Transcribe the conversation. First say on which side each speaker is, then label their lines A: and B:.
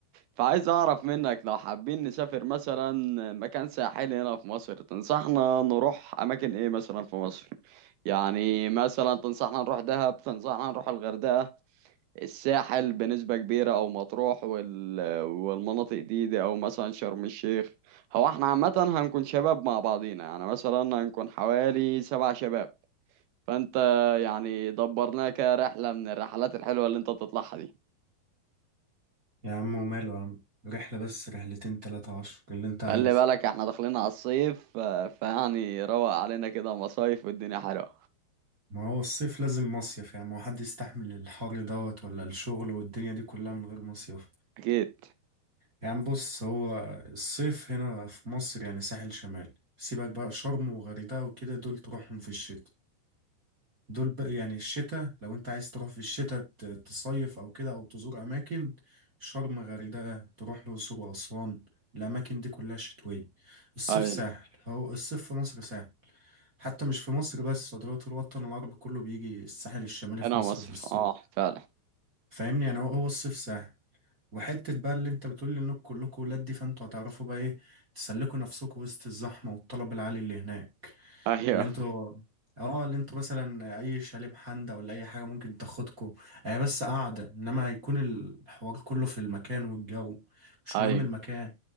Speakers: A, on the right; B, on the right.
A: فعايز اعرف منك لو حابين نسافر مثلا مكان ساحلي هنا في مصر تنصحنا نروح اماكن ايه مثلا في مصر يعني مثلا تنصحنا نروح دهب تنصحنا نروح الغردقه الساحل بنسبة كبيرة أو مطروح وال... والمناطق دي, دي أو مثلا شرم الشيخ هو احنا عامة هنكون شباب مع بعضينا يعني مثلا هنكون حوالي سبع شباب فأنت يعني دبرناها كرحلة من الرحلات الحلوة اللي أنت بتطلعها دي
B: يا عم وماله يا عم رحلة بس رحلتين تلاتة عشر اللي انت عايز
A: خلي بالك احنا داخلين على الصيف ف... فيعني روق علينا كده مصايف والدنيا حلوة
B: ما هو الصيف لازم مصيف يعني ما هو حد يستحمل الحر دوت ولا الشغل والدنيا دي كلها من غير مصيف
A: أكيد
B: يعني بص هو الصيف هنا في مصر يعني ساحل شمال سيبك بقى شرم وغردقة وكده دول تروحهم في الشتاء دول بقى يعني الشتاء لو انت عايز تروح في الشتاء ت- تصيف او كده او تزور اماكن شرم غردقة تروح الأقصر وأسوان الأماكن دي كلها شتوية الصيف
A: أيوة
B: ساحل هو الصيف في مصر ساحل حتى مش في مصر بس ده دلوقتي الوطن العربي كله بيجي الساحل الشمالي
A: هنا
B: في مصر
A: مصر
B: في الصيف
A: أه فعلا
B: فاهمني يعني هو هو الصيف ساحل وحتة بقى اللي انت بتقول لي انكم كلكم ولاد دي فانتوا هتعرفوا بقى ايه تسلكوا نفسكم وسط الزحمة والطلب العالي اللي هناك
A: أيوة
B: اللي انتوا اه اللي انتوا مثلا اي شاليه محندق ولا اي حاجة ممكن تاخدكوا هي بس قاعدة انما هيكون الحوار كله في المكان والجو مش
A: أيوة
B: مهم المكان